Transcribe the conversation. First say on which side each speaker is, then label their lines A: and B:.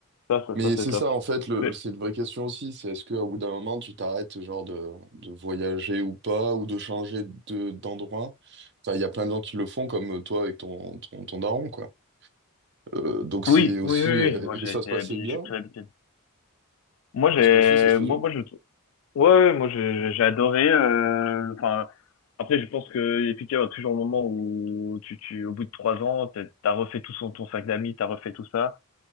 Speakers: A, on the left; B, on the right.
A: ça, ça,
B: Mais
A: ça
B: c'est
A: c'est top.
B: ça en fait, le,
A: Mais
B: c'est une vraie question aussi, c'est est-ce qu'au bout d'un moment tu t'arrêtes genre de, de voyager ou pas, ou de changer de, d'endroit? Enfin, il y a plein de gens qui le font comme euh, toi avec ton, ton, ton daron, quoi. Euh, donc c'est
A: oui,
B: aussi...
A: oui, oui,
B: euh,
A: oui, moi
B: Et
A: j'ai
B: ça
A: été
B: se passait
A: habillé,
B: bien,
A: j'ai pris l'habitude. Moi j'ai,
B: ça se passait, ça se faisait.
A: moi, moi je, ouais, ouais, moi j'ai j'ai adoré. euh, Enfin, après je pense que efficace, il y va toujours le moment où tu, tu, au bout de trois ans, t'as t'as refait tout son, ton sac d'amis, t'as refait tout ça.